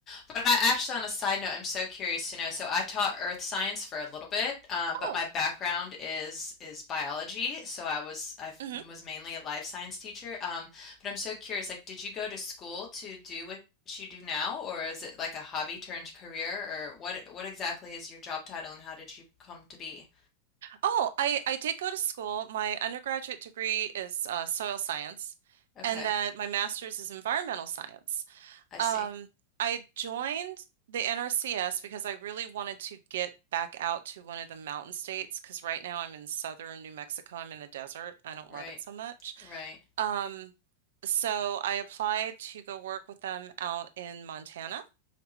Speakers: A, on the left; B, on the right.
A: But I actually, on a side note, I'm so curious to know. So I taught earth science for a little bit, um, but
B: Oh.
A: my background is is biology. So I was I f-
B: mhm.
A: was mainly a life science teacher. Um, but I'm so curious, like, did you go to school to do what you do now, or is it like a hobby turned career, or what what exactly is your job title and how did you come to be?
B: Oh, I I did go to school. My undergraduate degree is uh, soil science,
A: Okay,
B: and then my master's is environmental science.
A: I
B: Um,
A: see.
B: I joined the NRCS because I really wanted to get back out to one of the mountain states because right now I'm in southern New Mexico. I'm in the desert. I don't
A: Right,
B: love it so much.
A: right.
B: Um, so I applied to go work with them out in Montana.